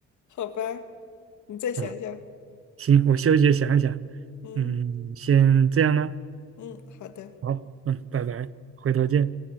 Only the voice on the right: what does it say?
啊。行，我休息想一想，
嗯，先这样呢。
好，嗯，拜拜，回头见。